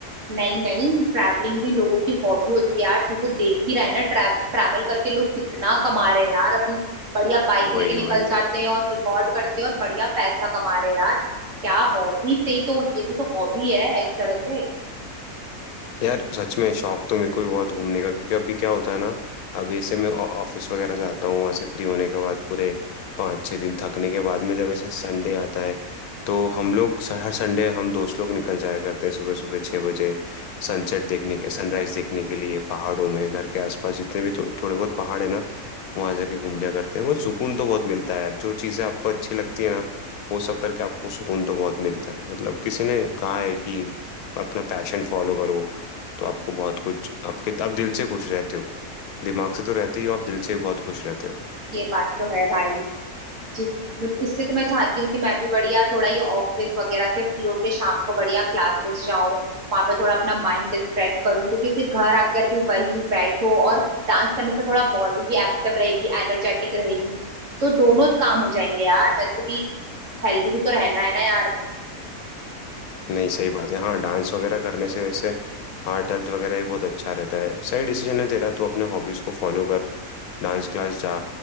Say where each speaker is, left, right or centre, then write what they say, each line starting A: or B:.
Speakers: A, on the right; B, on the left.
A: नहीं नहीं ट्रैवलिंग भी लोगों की हॉबी होती है यार तू तो देख ही रहा है ना ट्रैव ट्रैवल करके लोग कितना कमा रहे हैं यार अभी बढ़िया बाइक
B: वही
A: लेके निकल
B: वही
A: जाते हैं और रिकॉर्ड करते हैं और बढ़िया पैसा कमा रहे हैं यार क्या हॉबी से ही तो ये भी तो हॉबी है एक तरह से
B: यार सच में शौक तो मेरे को भी बहुत घूमने का क्योंकि अभी क्या होता है ना अब ऐसे मैं ऑ- ऑफिस वगैरह जाता हूँ वहाँ से फ्री होने के बाद पूरे पाँच छः दिन थकने के बाद में जब ऐसे संडे आता है तो हम लोग स- हर संडे हम दोस्त लोग निकल जाया करते हैं सुबह सुबह छः बजे सनसेट देखने के सनराइज देखने के लिए पहाड़ों में घर के आसपास जितने भी थो, थोड़े बहुत पहाड़ है ना वहाँ जाके घूम लिया करते हैं बहुत सुकून तो बहुत मिलता है यार जो चीज़ें आपको अच्छी लगती है ना वो सब करके आपको सुकून तो बहुत मिलता है मतलब किसी ने कहा है कि अपना पैशन फॉलो करो तो आपको बहुत कुछ आपके आप दिल से खुश रहते हो दिमाग से तो रहते ही हो आप दिल से भी बहुत खुश रहते हो
A: ये बात तो है भाई जिस बट इससे तो मैं चाहती हूँ कि मैं भी बढ़िया थोड़ा ये ऑफिस वगैरह से फ्री होके शाम को बढ़िया क्लासेस जाऊं वहां पे थोड़ा अपना माइंड डिस्ट्रैक्ट करूँ क्योंकि फिर घर आकर भी वही बैठो और डांस करने से थोड़ा बॉडी भी एक्टिव रहेगी एनर्जेटिक रहेगी तो दोनों काम हो जाएंगे यार वैसे भी हेल्दी भी तो रहना है ना यार
B: नहीं सही बात है हाँ डांस वगैरह करने से वैसे हार्ट हेल्थ वगैरह भी बहुत अच्छा रहता है सही डिसीजन है तेरा तू अपने हॉबीज को फॉलो कर डांस क्लास जा